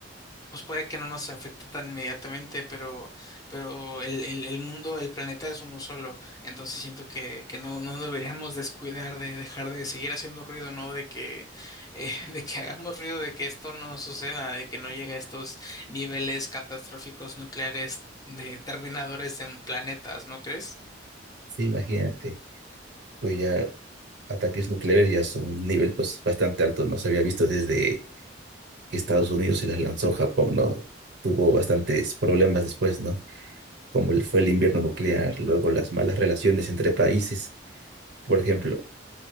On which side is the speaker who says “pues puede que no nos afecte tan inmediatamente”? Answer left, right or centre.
Left